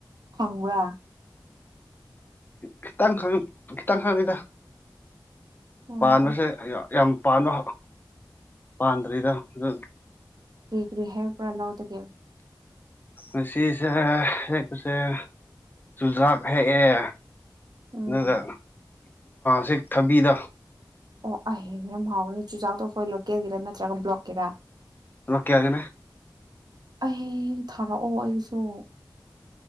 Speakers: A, on the right; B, on the left.
A: ꯐꯪꯕ꯭ꯔꯥ
B: ꯈꯤꯇꯪ ꯈꯪ ꯈꯤꯇꯪ ꯈꯛꯅꯤꯗ
A: ꯑꯣ
B: ꯄꯥꯟꯕꯁꯦ
A: ꯑꯣ
B: ꯌꯥꯝ ꯄꯥꯟꯕ ꯄꯥꯟꯗ꯭ꯔꯤꯗ ꯑꯗꯨ
A: ꯀꯔꯤ ꯀꯔꯤ ꯍꯦꯛꯄ꯭ꯔꯥ ꯂꯧꯗꯒꯤ
B: ꯉꯁꯤꯁꯦ ꯍꯦꯛꯄꯁꯦ ꯆꯨꯖꯥꯛ ꯍꯦꯛꯑꯦ
A: ꯎꯝ
B: ꯑꯗꯨꯒ ꯁꯤ ꯊꯥꯕꯤꯗꯣ
A: ꯑꯣ ꯑꯩ ꯌꯥꯝ ꯍꯥꯎꯒꯥꯅꯤ ꯆꯨꯖꯥꯛꯇꯣ ꯑꯩꯈꯣꯏ ꯂꯣꯀꯦꯜꯒꯤꯔ ꯅꯠꯇ꯭ꯔꯒ ꯕ꯭ꯂꯣꯛꯀꯤꯔꯥ
B: ꯂꯣꯀꯦꯜ ꯒꯤ
A: ꯑꯩ ꯊꯥꯔꯛꯑꯣ ꯑꯩꯒꯤꯁꯨ